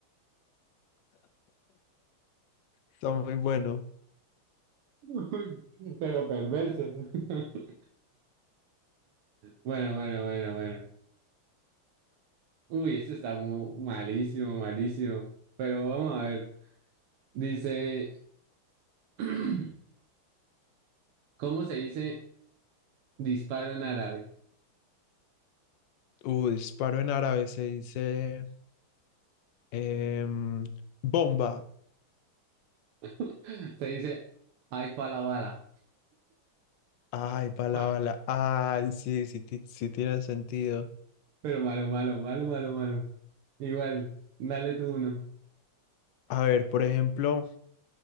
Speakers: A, on the left; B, on the right.
A: Está muy bueno.
B: <laughs> Uy, pero perverso. <laughs> Bueno, bueno, bueno, bueno. Uy, esto está mu- malísimo, malísimo. Pero vamos a ver. Dice, <clears throat> ¿cómo se dice disparo en árabe?
A: Uh, disparo en árabe se dice em, bomba.
B: <laughs> Se dice, ay, pala bala.
A: Ay, bala,
B: Malo.
A: bala. Ay, sí, sí, ti- sí tiene sentido.
B: Pero malo, malo, malo, malo, malo. Igual, dale tú uno.
A: A ver, por ejemplo,